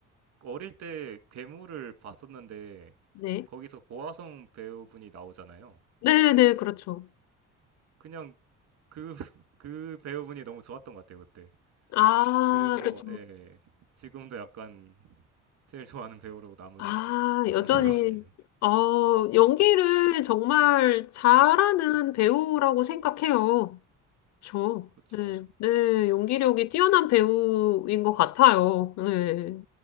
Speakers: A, on the right; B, on the left.
A: 어릴 때 괴물을 봤었는데
B: 네.
A: 거기서 고아성 배우분이 나오잖아요.
B: 네, 네, 그렇죠.
A: 그냥 그, <laughs> 그 배우분이 너무 좋았던 것 같아요, 그때.
B: 아,
A: 그래서
B: 그렇죠.
A: 예, 예. 지금도 약간 제일 좋아하는 배우로 남은
B: 아,
A: 그런
B: 여전히,
A: <laughs> 상황이에요.
B: 어, 연기를 정말 잘하는 배우라고 생각해요. 저,
A: 그쵸.
B: 네, 네, 연기력이 뛰어난 배우인 것 같아요. 네.